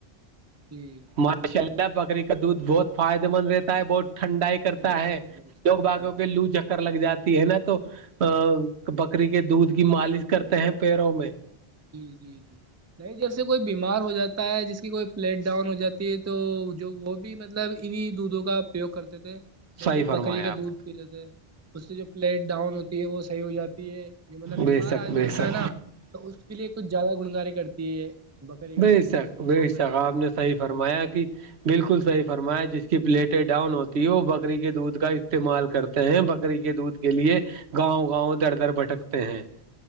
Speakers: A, on the right; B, on the right.
A: جی
B: ماشا اللہ بکری کا دودھ بہت فائدے مند رہتا ہے بہت ٹھنڈاائی کرتا
A: بے
B: ہے
A: شک بے شک صحیح
B: لوگ باغوں
A: فرما
B: کے
A: رہے
B: لو
A: ہیں۔
B: چکر لگ جاتی ہے نا تو ا بکری کی دودھ کی مالش کرتے ہیں پیروں میں
A: جی جی جی نہیں جیسے کوئی بیمار ہو جاتا ہے جس کی کوئی پلیٹ ڈاؤن ہو جاتی ہے تو جو وہ بھی مطلب انیں دودھوں کا اپیوگ کرتے تھے
B: صحیح
A: جو
B: فرمایا
A: بکری کا
B: آپ
A: دودھ پی لیتے ہیں اس سے جو پلیٹ ڈاؤن ہوتی ہے وہ صحیح ہو جاتی ہے جو مطلب بیمار
B: بے شک
A: آدمی
B: بے
A: ہوتا
B: شک
A: ہے نا تو اس کے لیے کچھ زیادہ گنگاری کرتی ہے بکری کا
B: بے
A: دودھ
B: شک بے
A: ہو گیا
B: شک آپ نے صحیح فرمایا کہ بالکل
A: یہ چیز
B: صحیح فرمایا جس کی پلیٹیں ڈاؤن ہوتی ہے وہ بکری کے دودھ کا استعمال کرتے ہیں بکری کے دودھ کے لیے گاؤں گاؤں ا دھر ا دھر بھٹکتے ہیں